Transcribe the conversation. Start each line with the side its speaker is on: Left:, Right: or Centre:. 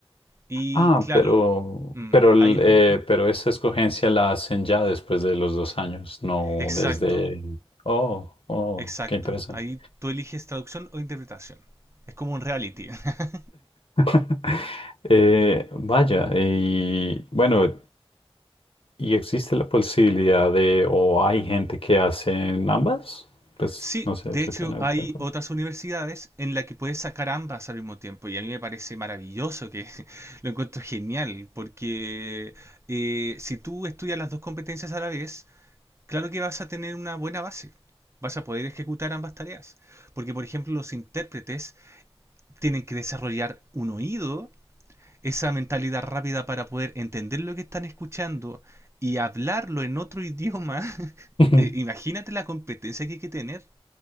Right: Y
Left: Ah,
Right: claro,
Left: pero,
Right: mm,
Left: pero, el,
Right: ahí... mm,
Left: eh, pero esa escogencia la hacen ya después de los dos años, no
Right: Exacto,
Left: desde... Oh, oh,
Right: exacto.
Left: qué interesante.
Right: Ahí tú eliges traducción o interpretación. Es como un reality. <laughs>
Left: <laughs> Eh, vaya, y bueno, ¿Y existe la posibilidad de, o hay gente que hacen ambas? Pues
Right: Sí,
Left: no sé
Right: de
Left: si
Right: hecho
Left: tienen
Right: hay
Left: el tiempo.
Right: otras universidades en las que puedes sacar ambas al mismo tiempo y a mí me parece maravilloso que <laughs> lo encuentro genial porque eh, si tú estudias las dos competencias a la vez, claro que vas a tener una buena base, vas a poder ejecutar ambas tareas porque por ejemplo los intérpretes tienen que desarrollar un oído esa mentalidad rápida para poder entender lo que están escuchando y hablarlo en otro idioma. <laughs>
Left: <laughs>
Right: Eh, imagínate la competencia que hay que tener.